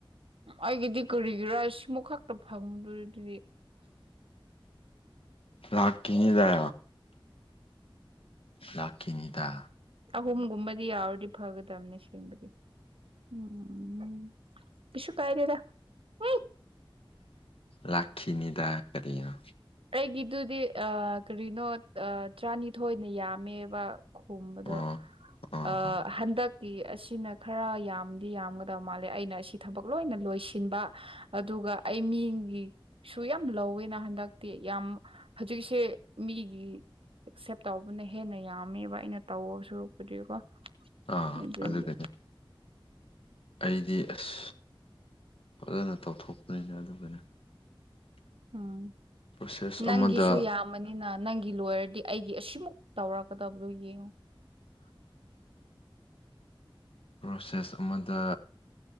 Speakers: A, on the right; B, on the left.
A: ꯑꯩꯒꯤꯗꯤ ꯀꯔꯤꯒꯤꯔꯥ ꯁꯤꯃꯨꯛ ꯈꯛꯇ ꯐꯪꯗꯨꯔꯤ ꯑꯗꯨꯗꯤ
B: ꯂꯥꯛꯀꯤ ꯅꯤꯗꯥ ꯂꯥꯛꯈꯤꯅꯤꯗꯥ
A: ꯑꯍꯨꯝꯒꯨꯝꯕꯗꯤ ꯌꯥꯎꯔꯗꯤ ꯐꯒꯗꯕꯅꯦ ꯁꯦꯡꯕꯗꯤ ꯎꯝ ꯀꯩꯁꯨ ꯀꯥꯏꯗꯦꯗꯥ <unintelligible>
B: ꯂꯥꯈꯤꯅꯤꯗꯥ ꯀꯔꯤꯅꯣ
A: ꯑꯩꯒꯤꯗꯨꯗꯤ ꯑꯥ ꯀꯔꯤꯅꯣ ꯑꯥ ꯇꯔꯥꯅꯤꯊꯣꯏꯅ ꯌꯥꯝꯃꯦꯕ ꯈꯨꯝꯕꯗꯣ
B: ꯑꯣ ꯑꯣ
A: ꯑ
B: ꯑꯣ
A: ꯍꯟꯗꯛ ꯀꯤ ꯑꯁꯤꯅ ꯈꯔ ꯌꯥꯝꯗꯤ ꯌꯥꯝꯒꯗꯕ ꯃꯥꯜꯂꯦ ꯑꯩꯅ ꯑꯁꯤ ꯊꯕꯛ ꯂꯣꯏꯅ ꯂꯣꯏꯁꯤꯟꯕ ꯑꯗꯨꯒ ꯑꯩ ꯃꯤꯒꯤꯁꯨ ꯌꯥꯝ ꯂꯧꯋꯦꯅ ꯍꯟꯗꯛ ꯇꯤ ꯌꯥꯝ ꯍꯧꯖꯤꯛꯁꯦ ꯃꯤꯒꯤ ꯑꯦꯛꯁꯦꯞ ꯇꯧꯕꯅ ꯍꯦꯟꯅ ꯌꯥꯝꯃꯦꯕ ꯑꯩꯅ ꯇꯧ ꯁꯨꯔꯛꯄꯨꯗꯤꯀꯣ
B: ꯑꯥ
A: ꯑꯗꯨꯒꯤ
B: ꯑꯗꯨꯒꯤꯅꯦ ꯑꯩꯗꯤ ꯑꯁ ꯐꯖꯅ ꯇꯧꯊꯣꯛꯄꯅꯤꯅ ꯑꯗꯨꯅꯤ
A: ꯎꯝ
B: ꯄ꯭ꯔꯣꯁꯦꯁ
A: ꯅꯪꯒꯤꯁꯨ
B: ꯑꯃꯗ
A: ꯌꯥꯝꯃꯅꯤ ꯑꯩꯅ ꯅꯪꯒꯤ ꯂꯣꯏꯣꯌꯔꯗꯤ ꯑꯩꯒꯤ ꯑꯁꯤꯃꯨꯛ ꯇꯧꯔꯛꯀꯗꯕꯗꯨꯣ ꯌꯦꯡꯉꯣ
B: ꯄ꯭ꯔꯣꯁꯦꯁ ꯑꯃꯗ